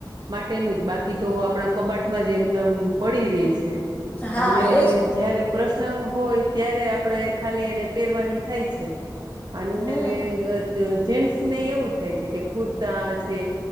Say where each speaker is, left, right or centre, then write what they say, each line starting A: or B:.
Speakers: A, on the right (about 60°); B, on the left (about 20°).
A: માટેનું જ બાકી તો આપણા કબાટમાં જ એમનેમ પડી રે છે
B: હા
A: અને
B: એજ ને
A: જયારે પ્રશ્ન સંગ હોય ત્યારે આપણે ખાલી એને પહેરવાની થાય છે અનને
B: હમ
A: જેન્ટસ ને એવું જ થાય છે કે કુર્તા છે